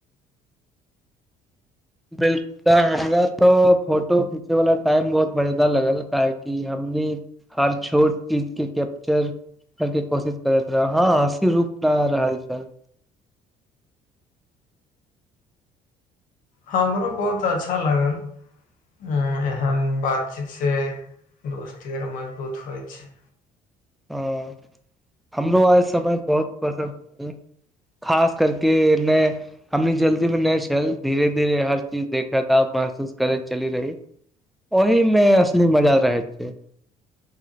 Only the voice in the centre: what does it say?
बिल्कुल त हमरा तो फोटो खीचे वाला टाइम बहुत मजेदार लगल काह क हमनी हर छोट चीज के कैप्चर कर के कोशिश करैत रह हँ हँसी रुक न रहल छल
हँ हमरो आइ समय बहुत पसन्द ह खास करके ने हमनी जल्दी मे नहि छल धीरे धीरे हर चीज देख खेदाब महसूस करैत चली रही ओहि मे असली मजा रहै छै